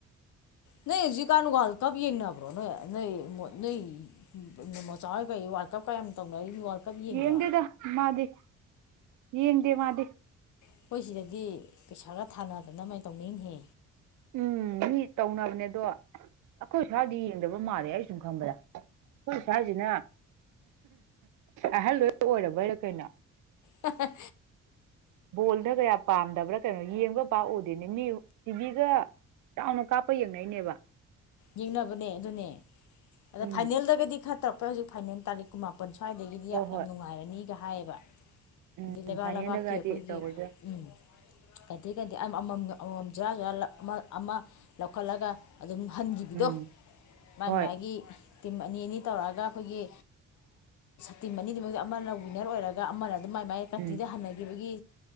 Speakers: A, on the left (about 75°); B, on the right (about 80°).
A: ꯅꯣꯏ ꯍꯧꯖꯤꯀꯥꯟꯅ ꯋ꯭ꯔꯥꯜꯀꯞ ꯌꯦꯡꯅꯕ꯭ꯔꯣ ꯅꯣꯏ ꯅꯣꯏ ꯃꯣꯆꯥ ꯋ꯭ꯔꯥꯜ ꯀꯞ ꯀꯌꯥꯝ ꯇꯧꯅꯔꯤ ꯋ꯭ꯔꯥꯜ ꯀꯞ ꯌꯦꯡꯗ꯭ꯔꯣ
B: ꯌꯦꯡꯗꯦꯗ ꯃꯥꯗꯤ ꯌꯦꯡꯗꯦ ꯃꯥꯗꯤ
A: ꯑꯈꯣꯏ ꯁꯤꯗꯗꯤ ꯄꯩꯁꯥꯒ ꯊꯥꯅꯗꯅ ꯃꯥꯏ ꯇꯧꯅꯤꯡꯍ
B: ꯎꯝ ꯃꯤ ꯇꯧꯅꯕꯅꯦ ꯑꯗꯣ ꯑꯩꯈꯣꯏ ꯏꯁ꯭ꯋꯥꯏꯗꯤ ꯌꯦꯡꯗꯕ ꯃꯥꯜꯂꯦ ꯑꯩ ꯁꯨꯝ ꯈꯪꯕꯗ ꯑꯈꯣꯏ ꯁ꯭ꯋꯥꯁꯤꯅ ꯑꯍꯜ ꯂꯣꯏ ꯑꯣꯏꯔꯕꯩꯔꯥ ꯀꯩꯅꯣ
A: ꯍꯥꯍꯥ
B: ꯕꯣꯜꯗ ꯀꯌꯥ ꯄꯥꯝꯗꯕ꯭ꯔꯥ ꯀꯩꯅꯣ ꯌꯦꯡꯕ ꯄꯥꯛꯎꯗꯦꯅꯦ ꯃꯤ ꯇꯤꯕꯤꯒ ꯆꯥꯎꯅ ꯀꯥꯞꯄ ꯌꯦꯡꯅꯩꯅꯦꯕ
A: ꯌꯦꯡꯅꯕꯅꯦ ꯑꯗꯨꯅꯦ ꯑꯗꯨꯅꯦ
B: ꯎꯝ
A: ꯐꯥꯏꯅꯦꯜꯗꯒꯗꯤ ꯈꯔ ꯇꯧ ꯍꯧꯖꯤꯛ ꯐꯥꯏꯅꯦꯜ ꯇꯥꯔꯤꯛ ꯀꯨꯟꯃꯥꯄꯟ ꯁ꯭ꯋꯥꯏꯗꯒꯤꯗꯤ
B: ꯍꯣꯏ ꯍꯣꯏ
A: ꯌꯥꯝ ꯅꯨꯡꯉꯥꯏꯔꯅꯤꯒ ꯍꯥꯏꯌꯦꯕ
B: ꯎꯝ
A: ꯂꯩꯕꯥꯛ
B: ꯐꯥꯏꯅꯦꯜꯗꯒꯗꯤ
A: ꯂꯩꯕꯥꯛꯀꯤ ꯑꯈꯣꯏꯒꯤ
B: ꯇꯧꯕꯁꯨ ꯌꯥꯏ
A: ꯎꯝ ꯑꯗꯒꯤ ꯀꯩꯗꯤ ꯑꯃꯃꯝ ꯑꯃꯃꯝ ꯖꯣꯔꯥ ꯖꯔꯥ ꯑꯃ ꯑꯃ ꯂꯧꯈꯠꯂꯒ ꯑꯗꯨꯝ ꯍꯟꯈꯤꯕꯗꯣ
B: ꯎꯝ
A: ꯃꯥꯥꯏ
B: ꯍꯣꯏ
A: ꯃꯥꯒꯤ ꯇꯤꯝ ꯑꯅꯤ ꯑꯅꯤ ꯇꯧꯔꯛꯑꯒ ꯑꯩꯈꯣꯏꯒꯤ ꯇꯤꯝ ꯑꯅꯤꯗꯨꯃꯛꯇ ꯑꯃꯅ ꯋꯤꯟꯅꯔ ꯑꯣꯏꯔꯒ ꯑꯃꯅ ꯃꯥꯏ ꯃꯥꯥꯏ ꯀꯟꯇ꯭ꯔꯤꯗ
B: ꯎꯝ
A: ꯍꯥꯟꯟꯅꯈꯤꯕꯒꯤ